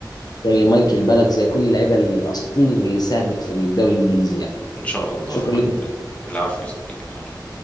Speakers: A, on the left; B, on the left.
A: زي مايكل بالك زي كل اللعيبه الاساطير اللي ساهمت في الدوري الانجليزي يعني
B: ان شاء الله
A: شكرا
B: في مره
A: لك
B: تانية العفو يا صديقي العفو